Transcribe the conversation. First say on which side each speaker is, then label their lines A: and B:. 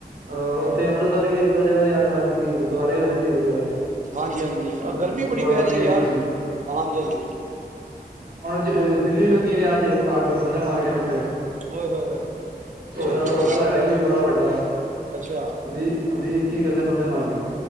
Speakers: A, on the right (about 65°); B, on the right (about 50°).
A: ਅਹ ਉੱਥੇ ਅੰਮ੍ਰਿਤਸਰ ਵੀ ਇੱਕ ਦੋ ਜਗ੍ਹਾ ਤੇ ਅੱਗ ਲੱਗ ਗਈ ਗੁਰਦੁਆਰੇ ਵੀ ਲੱਗੀ ਇੱਕ ਜਗ੍ਹਾ।
B: ਹਾਂਜੀ-ਹਾਂਜੀ ਆਹ
A: ਬ
B: ਗਰਮੀ ਬੜੀ
A: ਬਾਬਾ
B: ਪੈ ਰਹੀ
A: ਦੀਪ
B: ਹੈ ਯਾਰ
A: ਸਿੰਘ
B: ਹਾਂਜੀ-ਹਾਂਜੀ।
A: ਅ, ਦਿੱਲੀ ਲੱਗੀ ਨੀ ਅੱਜ ਅੱਗ ਬੰਦੇ ਮਰ ਗਏ ਨੇ ਉੱਥੇ।
B: ਓਏ ਹੋਏ ਹੋਏ
A: ਹੋਟਲ-ਹੋਟਲ
B: ਅੱਛਾ ਜੀ
A: ਹੈਗਾ ਈ ਕੋਈ ਬੜਾ ਵੱਡਾ।
B: ਅੱਛਾ
A: ਵੀ ਵੀ ਕੀ ਕਹਿੰਦੇ ਬੰਦੇ ਮਰ ਗਏ।